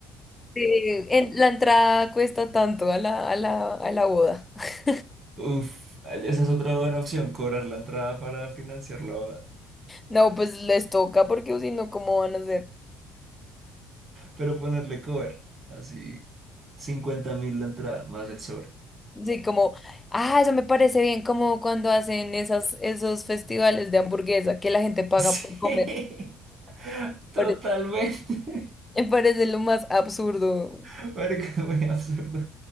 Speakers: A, on the left; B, on the right.
A: Sí, en, la entrada cuesta tanto a la, a la, a la boda. <laughs>
B: Uf, esa es otra buena opción, cobrar la entrada para financiar la boda.
A: No, pues les toca porque si no, ¿cómo van a hacer?
B: Pero ponerle cover, así cincuenta mil la entrada, más el sobre.
A: Sí, como, ah, eso me parece bien, como cuando hacen esas, esos festivales de hamburguesa que la gente paga
B: Sí,
A: por comer.
B: <laughs>
A: Pare-
B: totalmente.
A: <laughs> Me parece lo más absurdo.
B: <laughs> Marica, es muy absurdo.